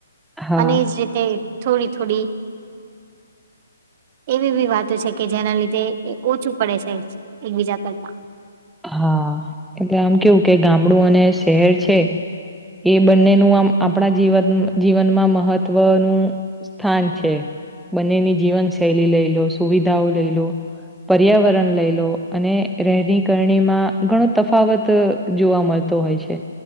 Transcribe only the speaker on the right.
અને જ રીતે થોડી થોડી એવી વી વાતો છે કે જેના લીધે ઓછું પડે છે એકબીજા કરતા.